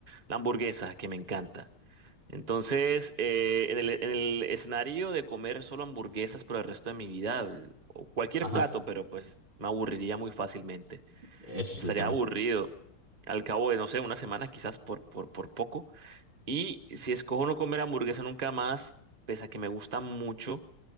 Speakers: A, on the right; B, on the right.
A: La hamburguesa, que me encanta. Entonces, eh, en el, en el escenario de comer solo hamburguesas por el resto de mi vida, el- o cualquier
B: Ajá,
A: plato, pero pues me aburriría muy fácilmente.
B: ese es
A: Estaría
B: el tema.
A: aburrido al cabo de, no sé, una semana quizás por, por, por poco. Y si escojo no comer hamburguesa nunca más, pese a que me gusta mucho,